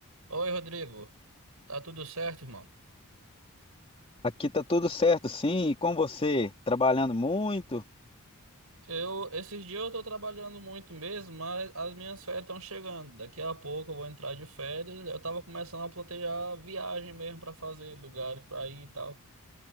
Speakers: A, on the right; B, on the left.
A: Oi, Rodrigo. Tá tudo certo, irmão?
B: Aqui tá tudo certo, sim. E com você? Trabalhando muito?
A: Eu, esses dias eu tô trabalhando muito mesmo, mas as minhas férias estão chegando. Daqui a pouco eu vou entrar de férias. Eu tava começando a planejar viagem mesmo pra fazer, lugares pra ir e tal.